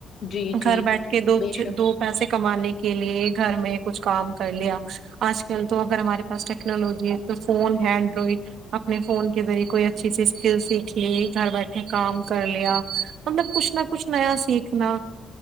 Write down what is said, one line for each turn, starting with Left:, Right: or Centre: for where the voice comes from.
Left: جی جی
Right: گھر بیٹھ کے دو
Left: بے شک
Right: دو پیسے کمانے کے لیے گھر میں کچھ کام کر لیا آج کل تو اگر ہمارے پاس ٹیکنالوجی ہے تو فون اینڈرائڈ اپنے فون کے ذریعے کوئی اچھی اچھی اسکل سیکھ لی گھر بیٹھے کام کر لیا مطلب کچھ نہ کچھ نیا سیکھنا